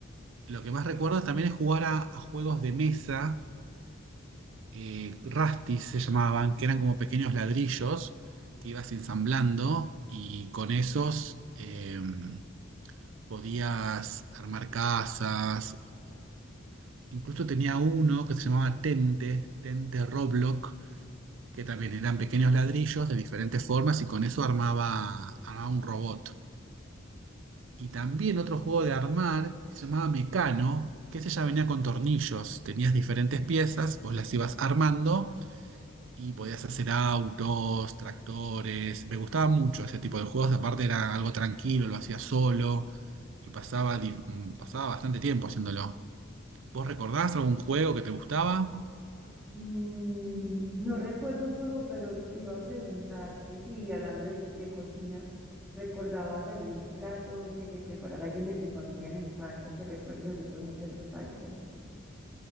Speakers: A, on the right; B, in the centre.
A: Lo que más recuerdo también es jugar a, a juegos de mesa, eh, Rastis se llamaban, que eran como pequeños ladrillos que ibas ensamblando y con esos... em, podías armar casas. o- Incluso tenía uno que se llamaba Tente, Tente Roblox, que también eran pequeños ladrillos de diferentes formas y con eso armaba, armaba un robot. Y también otro juego de armar que se llamaba Mecano, que ese ya venía con tornillos. Tenías diferentes piezas, vos las ibas armando y podías hacer autos, tractores. Me gustaba mucho ese tipo de juegos, aparte era algo tranquilo, lo hacía solo y pasaba, di- mm, pasaba bastante tiempo haciéndolo. ¿Vos recordás algún juego que te gustaba?
B: Mm, no recuerdo un juego, pero te iba a preguntar que si, hablando de, de cocina, ¿recordabas algún plato que te preparara alguien de tu familia en la infancia que recuerdes así con mucha nostalgia?